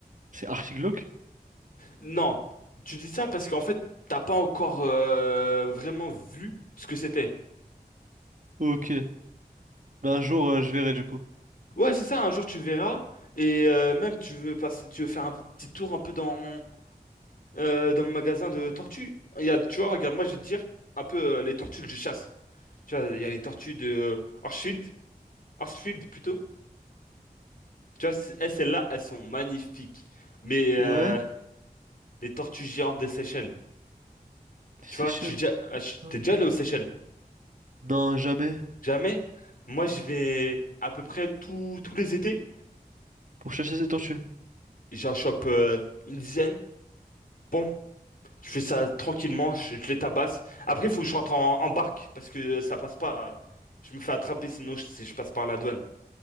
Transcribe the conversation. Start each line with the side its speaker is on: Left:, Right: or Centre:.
Right: C'est archi glauque?
Left: Non, tu dis ça parce qu'en fait, t'as pas encore euh, vraiment vu ce que c'était.
Right: Ok. Bah un jour, euh, je verrai du coup.
Left: Ouais, c'est ça. Un jour, tu verras. Et euh, même, tu veux passer, tu veux faire un petit tour un peu dans euh, dans mon magasin de tortues. Il y a, tu vois, regarde, moi, je vais te dire un peu euh, les tortues que je chasse. Tu vois, il y a les tortues de Orchfield, Orchfield plutôt. Tu vois, c'est- eh, celles-là, elles sont magnifiques. Mais euh,
Right: Ouais,
Left: les tortues géantes des Seychelles.
Right: des
Left: Tu vois,
Right: Seychelles.
Left: je suis déjà, ah, je-
Right: Hum,
Left: t'es déjà
Right: hum.
Left: allé aux Seychelles?
Right: Non, jamais.
Left: Jamais? Moi, je vais à peu près tous tous les étés.
Right: Pour chasser ces tortues.
Left: J'en chope euh, une dizaine. Boum. Je fais ça tranquillement, je, je les tabasse. Après, il faut que je rentre en, en barque parce que ça passe pas. Je me fais attraper sinon je- si je passe par la douane.